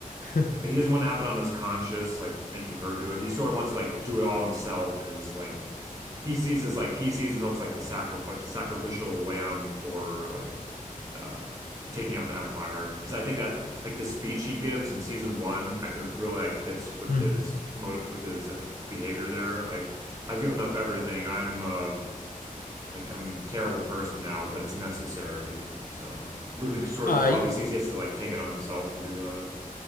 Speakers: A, on the left; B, on the right.
A: <laughs>
B: Like he doesn't want to have it on his conscience, like making her do it. He sort of wants to like do it all himself because like he sees as like he sees himself as like the sacrifice sacrificial lamb for like uh taking out the empire because I think that like the speech he gives in season one I feel really like fits with
A: Mm.
B: his motive with his uh, behavior there like I've given up everything I'm uh like I'm a terrible person now but it's necessary so Luthen sort
A: Uh,
B: of probably sees he has to like take it on himself to do that